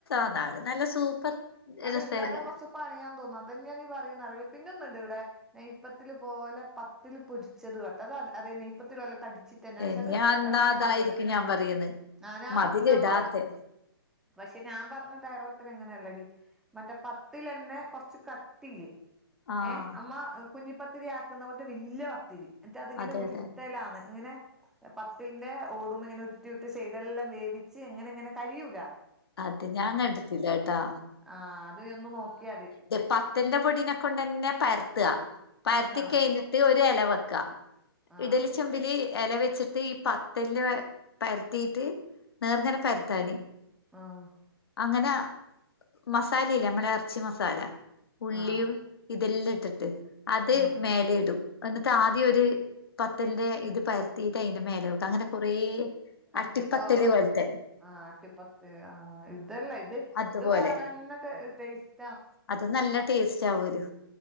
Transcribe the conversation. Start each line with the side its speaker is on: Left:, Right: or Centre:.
Left: അതാക നല്ല സൂപ്പർ.
Centre: അത്
Left: രസല്ലേ
Centre: ഉണ്ടാക്കാൻ കോറച്ച് പണിയാൻ തോന്നും അത് തന്നാ നീ <unintelligible> പിന്നുണ്ട് ഇവിടെ. നെയ്യ്പത്തൽപോലെ പത്തിൽ പൊരിച്ചത് കേട്ട അ അതെ നെയ്യപ്പത്തി പോലെ തടിച്ച തന്നെ പക്ഷെ
Left: ഇനി
Centre: അത്
Left: എന്നാ
Centre: ഇളം
Left: അതായിരിക്കും
Centre: മധുരം
Left: ഞാൻ പറയുന്നെ
Centre: ആ ഞാൻ
Left: മധുരിടാത്തെ
Centre: നമ്മള പക്ഷെ ഞാൻ പറഞ്ഞ തയർപ്പത്തിൽ ഇങ്ങനെയല്ലടി. മറ്റേ പത്തിൽന്നെ കൊറച്ച് കട്ടിയില്
Left: ആഹ്
Centre: ഏ അമ്മ. കുഞ്ഞിപ്പത്തിരി ആക്കുന്ന പോലത്തെ വലിയ പത്തിരി എന്നിട്ട് അതിങ്ങനെ
Left: അതെ
Centre: ഉരുട്ടലാണ്
Left: അതെ
Centre: ഇങ്ങനെ. പതലിന്റെ ഓടുമ്പോ ഇങ്ങനെ ഉർട്ടി ഉർട്ടി സൈഡെല്ലാം വേവിച്ച് എങ്ങനെ ഇങ്ങനെ കഴൂല.
Left: അതെ ഞാൻ കണ്ടിട്ടല്ല ട്ടാ.
Centre: ആഹ് അത് ഒന്ന്ന് നോക്കിയാല്.
Left: പതിരിന്റെ പൊടീനെ കൊണ്ടന്നെ പരത്തുക പരത്തി
Centre: ആ
Left: കഴിഞ്ഞിട്ട് ഒരു ഇല വെക്കാ.
Centre: ആ
Left: ഇഡലിച്ചെമ്പില് ഇല വെച്ചിട്ട് ഈ പത്തല് പരത്തിയിട്ട്. നേർങ്ങനെ പരുത്താന.
Centre: ആഹ്.
Left: അങ്ങനെ മസാലയില്ല നമ്മടെ ഇറച്ചി മസാല ഉള്ളിയും.
Centre: ആഹ്
Left: ഇതെല്ലാം ഇട്ടിട്ട് അത്
Centre: ഉം
Left: മേലെ ഇടും. എന്നിട്ട് ആദ്യം ഒരു പത്തലിന്റെ ഇത് പരത്തിയിട്ട് അതിന്റെ മേല വെക്ക അങ്ങനെ കുറെ.
Centre: എറച്ചിപ്പോള
Left: ആടിപ്പത്തലേ
Centre: പോലെ
Left: പോൽത്തെ.
Centre: ആഹ് അട്ടപ്പത്ത് ആഹ് ഇതല്ല ഇത്
Left: അതുപോലെ
Centre: ഇത് വേറെന്നെ ടെസ്റ്റ്.
Left: അത് നല്ല ടേസ്റ്റ് ആവും ഓർക്ക്.